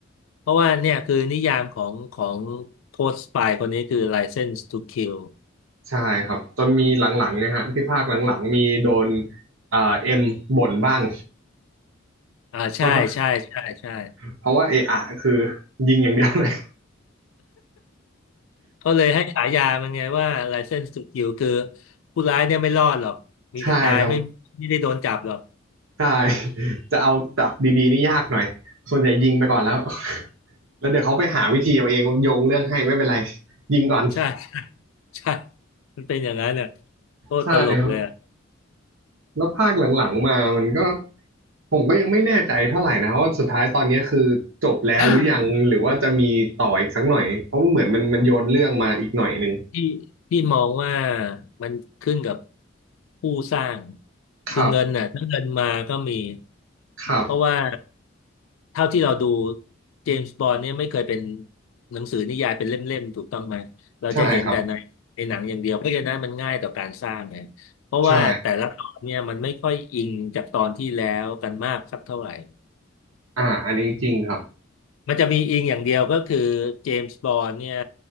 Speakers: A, on the left; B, on the right.
A: เพราะว่าเนี่ยคือนิยามของของโค้ชสปายคนนี้คือ License to Kill
B: ใช่ครับจนมีหลังๆเนะฮะที่ภาคหลังๆมีโดนเอ่อเอ็มบ่นบ้าง
A: อ่าใช่ใช่ใช่ใช่
B: ว่าเพราะว่าเอะอะคือยิงอย่างเดียวเลย
A: เขาเลยให้ฉายามันไงว่า License to Kill คือผู้ร้ายเนี่ยไม่รอดหรอกมีแต่ตายไม่ไม่ได้โดนจับหรอก
B: <laughs> ใช่ครับใช่จะเอาจับดีๆนี่ยากหน่อยส่วนใหญ่ยิงไปก่อนแล้ว <laughs> แล้วเดี๋ยวเขาไปหาวิธีเอาเองโยงเรื่องให้ไม่เป็นไรยิงก่อน
A: ใช่ใช่มันเป็นอย่างนั้นน่ะโคตรตลกเลยอ่ะ
B: ใช่ครับ แล้วภาคหลังๆมามันก็ผมก็ยังไม่แน่ใจเท่าไหร่นะว่าสุดท้ายตอนนี้คือจบแล้วหรือยังหรือว่าจะมีต่ออีกสักหน่อยเพราะว่าเหมือนมันมันโยนเรื่องมาอีกหน่อยหนึ่ง
A: <coughs> ที่ที่มองว่ามันขึ้นกับผู้สร้าง
B: ครับ
A: คือเงินน่ะถ้าเงินมาก็มี
B: ครับ
A: เพราะว่า เท่าที่เราดูเจมส์บอนด์เนี่ยไม่เคยเป็นหนังสือนิยายเป็นเล่มๆถูกต้องไหมเราจะเห็นแต่ในในหนังอย่างเดียวเพราะฉะนั้นมันง่ายต่อการสร้างไงเพราะว่าแต่ละตอนเนี่ยมันไม่ค่อยอิงจากตอนที่แล้วกันมากสักเท่าไหร่
B: ใช่ครับใช่อ่าอันนี้จริงครับ
A: มันจะมีอิงอย่างเดียวก็คือเจมส์บอนด์เนี่ย